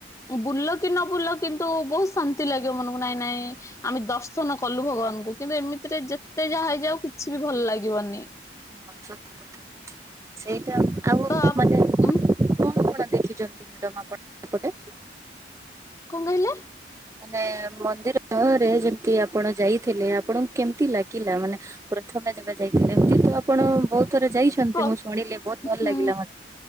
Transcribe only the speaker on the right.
ହଁ ସତ କଥା ସେଇଟା ଆଉ
ମାନେ କଣ
କଣ ଦେଖିଚନ୍ତି ମ୍ୟାଡ଼ମ୍ ଆପଣ? ସେପଟେ?
ମାନେ ମନ୍ଦିର ମୁହଁ ରେ ଯେମିତି ଆପଣ ଯାଇଥିଲେ ଆପଣଙ୍କୁ କେମିତି ଲାଗିଲା ମାନେ ପ୍ରଥମେ ଯେବେ ଯାଇଥିଲେ, ଏମତି ତ ଆପଣ ବହୁତ ଥର ଯାଇଛନ୍ତି
ମୁଁ ଶୁଣିଲି ବହୁତ ଭଲ
ଲାଗିଲା ମତେ।